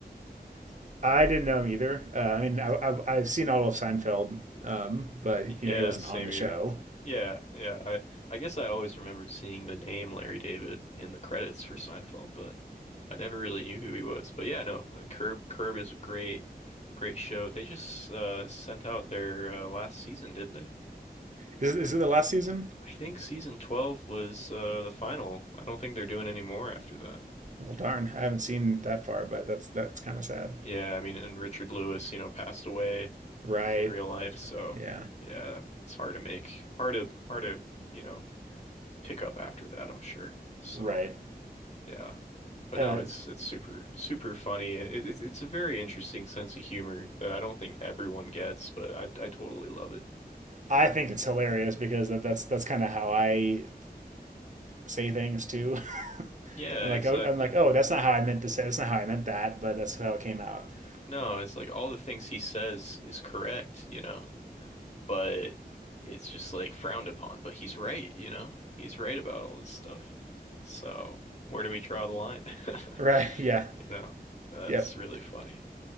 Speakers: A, on the right; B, on the left.
A: <laughs> I didn't know him either. Uh, I mean, I, I've I've seen all of Seinfeld, um, but
B: Yeah,
A: you know he wasn't
B: same
A: on the
B: here.
A: show.
B: Yeah, yeah. I I guess I always remembered seeing the name Larry David in the credits for Seinfeld, but I never really knew who he was. But yeah, no, uh, Curb Curb is a great great show. They just uh sent out their uh, last season, didn't they?
A: Is is it the last season?
B: I think season 12 was uh the final. I don't think they're doing any more after that.
A: Well, darn, I haven't seen that far, but that's that's kind of sad.
B: Yeah, I mean, and Richard Lewis, you know, passed away
A: Right.
B: in real life, so
A: Yeah.
B: yeah, it's hard to make hard to hard to, you know, pick up after that, I'm sure. So
A: Right.
B: Yeah. But
A: Uh,
B: no, it's it's super super funny. It, it, it's a very interesting sense of humor that I don't think everyone gets, but I I totally love it.
A: I think it's hilarious because that, that's that's kind of how I say things too. <laughs>
B: Yeah,
A: And like,
B: exactly.
A: oh, I'm like, oh, that's not how I meant to say. That's not how I meant that, but that's how it came out. <laughs>
B: No, it's like all the things he says is correct, you know, but it's just like frowned upon, but he's right, you know. He's right about all this stuff. So, where do we draw the line? <laughs>
A: Right? Yeah.
B: You know, that's
A: Yep.
B: really funny.